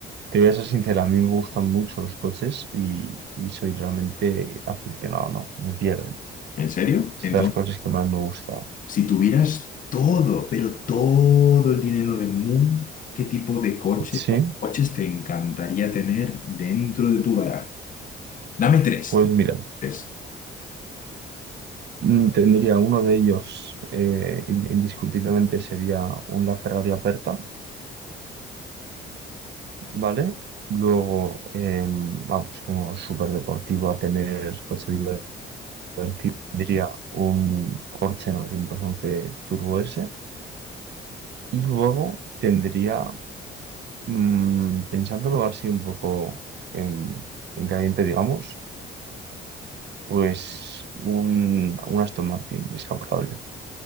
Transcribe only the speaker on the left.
¿En serio?
Entonces,
si tuvieras todo, pero todo el dinero del mundo, ¿qué tipo de coche
o coches te encantaría tener dentro de tu garaje? Dame tres.
Tres.